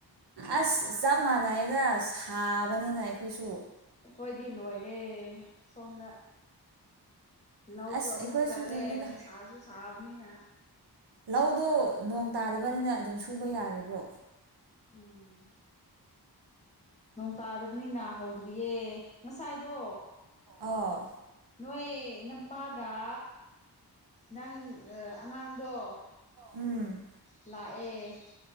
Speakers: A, on the right (about 80°); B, on the left (about 15°).
A: ꯑꯁ ꯆꯞ ꯃꯥꯟꯅꯩꯗ ꯁꯥꯕꯅꯤꯅ ꯑꯩꯈꯣꯏꯁꯨ
B: ꯑꯩꯈꯣꯏꯗꯤ ꯂꯣꯏꯔꯦ ꯁꯣꯝꯗ ꯂꯧꯁꯨ
A: ꯑꯁ
B: ꯑꯃꯨꯛ
A: ꯑꯩꯈꯣꯏꯁꯨ
B: ꯆꯠꯂꯦ
A: ꯑꯗꯨꯝꯅꯤꯗ
B: ꯅꯨꯡꯁꯥꯁꯨ ꯁꯥꯕꯅꯤꯅ
A: ꯂꯧꯗꯣ ꯅꯣꯡ ꯇꯥꯗꯕꯅꯤꯅ ꯑꯗꯨꯝ ꯁꯨꯕ ꯌꯥꯔꯤꯕ꯭ꯔꯣ
B: ꯎꯝ ꯅꯣꯡ ꯇꯥꯗ ꯕꯅꯤꯅ ꯍꯧꯗ꯭ꯔꯤꯌꯦ ꯉꯁꯥꯏꯗꯣ
A: ꯑꯥꯎ
B: ꯅꯣꯏ ꯅꯃꯥꯒ ꯅꯪ ꯑꯉꯥꯡꯗꯣ
A: ꯎꯝ
B: ꯂꯥꯛꯑꯦ